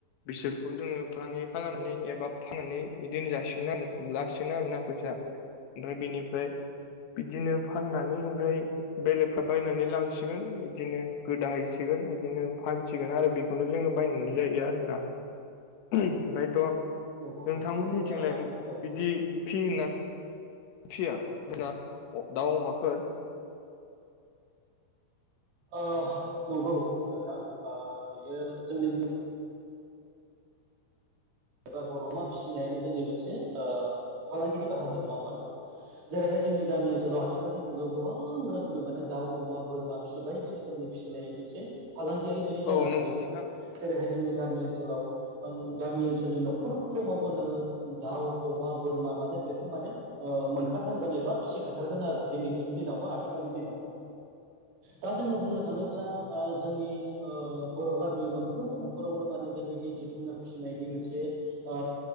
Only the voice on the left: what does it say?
बिसोरखौ जोङो फालांगि खालामनानै एबा फाननानै इदिनो जासिगोन आरो लासिगोन आरोना फैसा ओमफ्राय बेनिफ्राय बिदिनो फाननानै
ओमफ्राय बेलेगफ्रा बायनानै लांसिगोन इदिनो गोदाहैसिगोन इदिनो फानसिगोन आरो बे बेखौनो जोङो बायनानै जायो आरोना ओमफ्रायथ
नोंथांमोननि
थिंलाय
बिदि फि गोनना फिया जोंना दाउ अमाफोर
औ
नंगौ
नोंथां